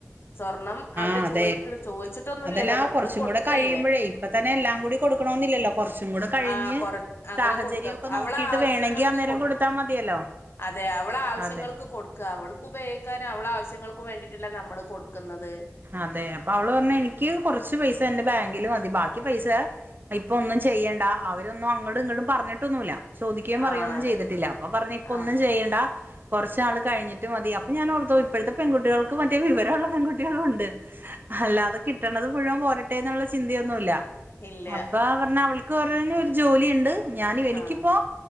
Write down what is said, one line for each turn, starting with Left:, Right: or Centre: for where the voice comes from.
Left: സ്വർണം അവര്
Right: ആഹ് അതെ
Left: ചോയ്ക്ക്ണ് ചോയിച്ചിട്ടൊന്നുല്ലല്ലോ
Right: അതല്ലാ
Left: നമ്മള്
Right: കുറച്ചും
Left: കൊടുക്കല്ലേ
Right: കൂടെ കഴിയുമ്പോഴേ ഇപ്പ തന്നെ എല്ലാം കൂടി കൊടുക്കണോന്നില്ലല്ലോ കുറച്ചും കൂടെ കഴിഞ്ഞ്
Left: ആ കൊറച് അങ്ങനെ
Right: സാഹചര്യം
Left: കൊടുക്ക
Right: ഒക്കെ നോക്കിട്ട്
Left: അവള ആവശ്യങ്ങൾ
Right: വേണമെങ്കി അന്നേരം
Left: ക്ക്‌ കൊട്ക്ക്‌
Right: കൊടുത്താ മതിയല്ലോ
Left: അതെ അവള ആവശ്യങ്ങൾക്ക്
Right: അതെ
Left: കൊട്ക്ക അവൾക്ക് ഉപയോഗിക്കാനും അവള ആവശ്യങ്ങൾക്കും വേണ്ടിട്ടല്ലേ നമ്മള് കൊട് ക്ക്‌ന്നത്
Right: അതെ അപ്പൊ അവള് പറഞ്ഞ് എനിക്ക് കുറച്ച് പൈസ എന്റെ ബാങ്കില് മതി ബാക്കി പൈസ ഇപ്പ ഒന്നും ചെയ്യണ്ട അവരൊന്നും അങ്ങടും ഇങ്ങടും പറഞ്ഞിട്ടൊന്നുംല്ല ചോദിക്കുകയും പറയോ
Left: ആഹ്
Right: ഒന്നും
Left: അതെ
Right: ചെയ്തിട്ടില്ല അപ്പൊ പറഞ്ഞ് ഇപ്പ
Left: ആഹ്
Right: ഒന്നും ചെയ്യണ്ട കൊറച്ചാൾ കഴിഞ്ഞിട്ട് മതി അപ്പ ഞാനോർത്തു ഇപ്പഴത്തെ പെൺകുട്ടികൾക്ക് മറ്റേ വിവരോള്ള പെൺകു <unintelligible> അല്ലാത് കിട്ട വരണത് മുഴുവൻ പോരട്ടെ എന്നുള്ള ചിന്തയൊന്നുല്ല
Left: ഇല്ല
Right: അപ്പ പറഞ്ഞാ അവൾക്ക് പറയാനൊരു ജോലിയിണ്ട് ഞാൻ എനിക്കിപ്പോ
Left: ആഹ്